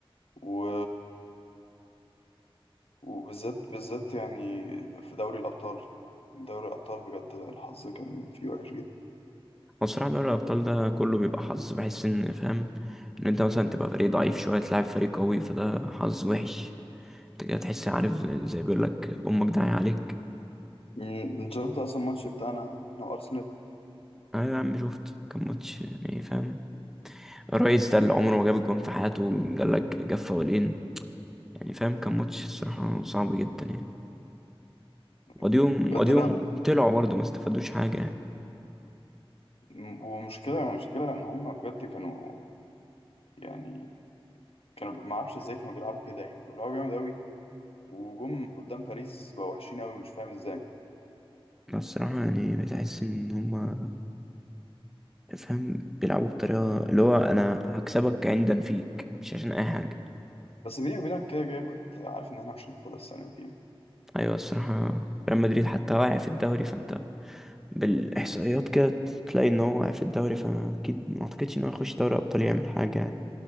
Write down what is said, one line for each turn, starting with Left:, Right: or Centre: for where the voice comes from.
Left: و... وبالذات بالذات يعني في دوري الأبطال يعني دوري الأبطال بجد الحظ كان فيه وحش جدا
Centre: هو الصراحة دوري الابطال ده كله بيبقى حظ بحس ان فاهم ان انت مثلا تبقى فريق ضعيف شوية تلعب فريق قوي فده حظ وحش انت كده تحس عارف زي, زي بيقول لك امك داعية عليك
Left: يعني انت شفت اصلا الماتش بتاعنا احنا وارسنال
Centre: ايوه يا عم شفت كان ماتش يعني فاهم الريس ده اللي عمره ما جاب الجون في حياته جاب لك جاب فاولين يعني فاهم كان ماتش الصراحة صعب جدا يعني
Left: يعني
Centre: واديهم
Left: بجد
Centre: واديهم
Left: لا
Centre: طلعوا برضه ما استفادوش حاجة يعني
Left: م- ومشكلة مشكلة ان هم بجد كانوا يعني كانوا ب- ما اعرفش ازاي كانوا بيلعبوا كده يعني كانوا بيلعبوا جامد قوي وجم قدام باريس بقوا وحشين قوي مش فاهم ازاي
Centre: أنا الصراحة يعني بتحس إن هما فاهم بيلعبوا بطريقة اللي هو أنا هكسبك عندا فيك مش عشان أي حاجة
Left: بس بيني وبينك كده كده كنت عارف ان احنا مش هناخدها السنة دي
Centre: أيوة الصراحة ريال مدريد حتى واقع في الدوري فأنت بالإحصائيات كده تلاقي إن هو واقع في الدوري فأكيد ما أعتقدش إن هو يخش دوري أبطال يعمل حاجة يعني